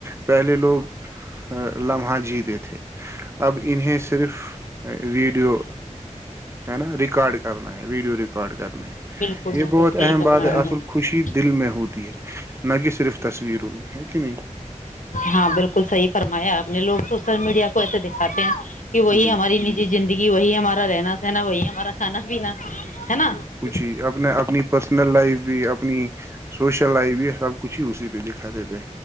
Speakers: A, on the right; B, on the left.
A: پہلے لوگ لمحہ جیتے تھے <unintelligible> انہیں صرف <unintelligible> ویڈیو ہے نا ریکارڈ کرنا ہے ویڈیو ریکارڈ کرنا یہ
B: بالکل بالکل
A: بہت
B: صحیح
A: اہم
B: فرمایا
A: بات ہے
B: آپ
A: اصل خوشی
B: نے
A: دل میں ہوتی ہے نہ کہ صرف تصویروں میں ہے کہ نہیں
B: ہاں بالکل صحیح فرمایا آ نے لوگ سوشل میڈیا کو ایسے دکھاتے ہیں <unintelligible> کہ وہی
A: جی
B: ہماری نجی <unintelligible> زندگی وہی ہمارا رہنا سہنا وہی ہمارا کھا <unintelligible> بھی ن ہے نا <unintelligible>
A: چ اپنا اپنی پرسنل لائف بھی اپنی سوشل لائف بھی سب کچھ ہی اسی پہ دکھاتے تھے